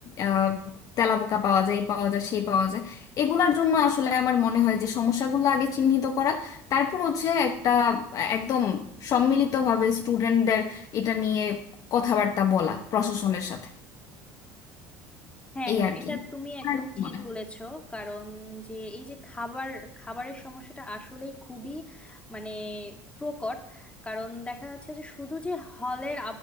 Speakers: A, on the left; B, on the left.
A: আহ, তেলাপোকা পাওয়া যায় এই পাওয়া যায় সেই পাওয়া যায় এগুলার জন্য আসলে আমার মনে হয় যে সমস্যাগুলো আগে চিহ্নিত করা তারপর হচ্ছে একটা একদম সম্মিলিতভাবে স্টুডেন্টদের এটা নিয়ে কথাবার্তা বলা প্রশাসনের সাথে
B: হ্যাঁ
A: এই
B: হ্যাঁ
A: আর
B: এটা
A: কি
B: তুমি একদম
A: আর কি
B: ঠিক
A: মনে হয়?
B: বলেছো কারণ যে এই যে খাবার খাবারের সমস্যাটা আসলেই খুবই মানে প্রকট কারণ দেখা যাচ্ছে যে শুধু যে হলের